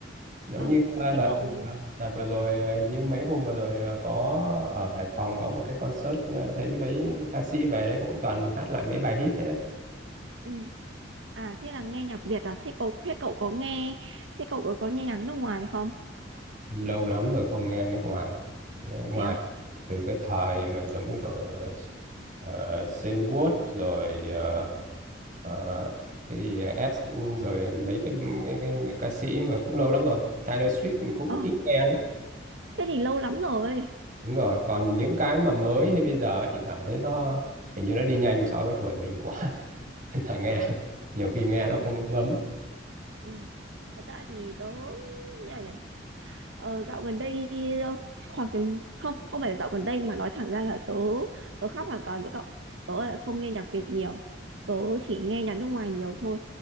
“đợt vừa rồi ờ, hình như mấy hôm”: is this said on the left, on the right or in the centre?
Right